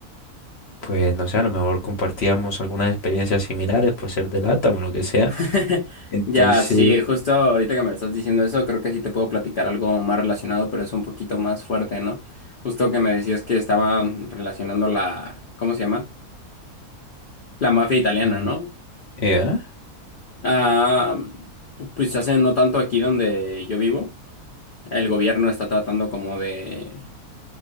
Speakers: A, on the left; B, on the left.
A: pues no sé, a lo mejor compartíamos algunas experiencias similares por ser de LATAM o lo que sea.
B: <laughs>
A: Entonces,
B: Ya, sí, justo ahorita que me lo estás diciendo eso, creo que sí te puedo platicar algo más relacionado, pero es un poquito más fuerte, ¿no? Justo que me decías que estaba relacionando la, ¿cómo se llama? La mafia italiana,
A: eh,
B: ¿no?
A: ¿eh?
B: Ah, pues hace no tanto aquí donde yo vivo, el gobierno está tratando como de